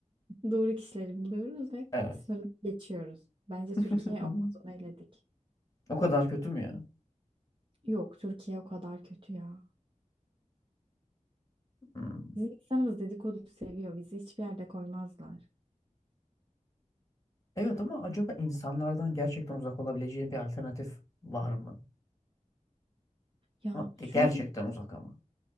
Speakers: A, on the right; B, on the left.
A: Doğru kişileri buluyoruz ve
B: Evet.
A: sınırı geçiyoruz. Bence
B: <laughs>
A: Türkiye olmaz onu eledik.
B: O kadar kötü mü ya?
A: Yok Türkiye o kadar kötü ya.
B: Hmm.
A: Bizim insanımız dedikodu seviyor. Bizi hiçbir yerde koymazlar.
B: Evet ama acaba insanlardan gerçekten uzak olabileceğin bir alternatif var mı?
A: Ya
B: Ama ge-
A: şöyle
B: Gerçekten uzak ama.